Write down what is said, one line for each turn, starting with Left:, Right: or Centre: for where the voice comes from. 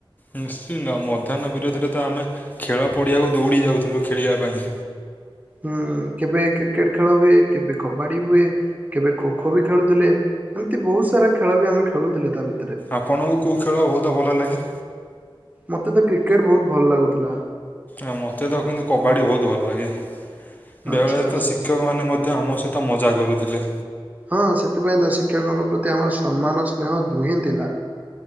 Left: ନିଶ୍ଚିନ୍ତ। ମଧ୍ୟାହ୍ନ ବିରୋଧରେ ତ ଆମେ ଖେଳ ପଡିଆକୁ ଦୌଡି ଯାଉଥିଲୁ ଖେଳିବା ପାଇଁ।
Right: ହୁଁ, କେବେ କ୍ରିକେଟ ଖେଳ ହୁଏ। କେବେ କବାଡି ହୁଏ। କେବେ ଖୋଖୋ ବି ଖେଳୁଥିଲେ। ଏମିତି ବହୁତ ସାରା ଖେଳ ବି ଆମେ ଖେଳୁଥିଲେ ତା ଭି
Left: ଆପଣଙ୍କୁ କୋଉ ଖେଳ ବହୁତ ଭଲ ଲାଗେ?
Right: ମତେ ତ କ୍ରିକେଟ ବହୁତ ଭଲ ଲାଗୁଥିଲା।
Left: ଆ ମତେ ତ କିନ୍ତୁ କବାଡି ବହୁତ ଭଲ ଲାଗେ।
Right: ଆଚ୍ଛା
Left: ବେଳେବେଳେ
Right: ଆଚ୍ଛା
Left: ତ ଶିକ୍ଷକ
Right: ଆଚ୍ଛା।
Left: ମାନେ ମଧ୍ୟ ଆମ ସହିତ ମଜା କରୁଥିଲେ।
Right: ହଁ ସେଥିପାଇଁ ତ ଶିକ୍ଷକଙ୍କ ପ୍ରତି ଆମର ସମ୍ମାନ ସ୍ନେହ ଦୁହେଁ ଥିଲା।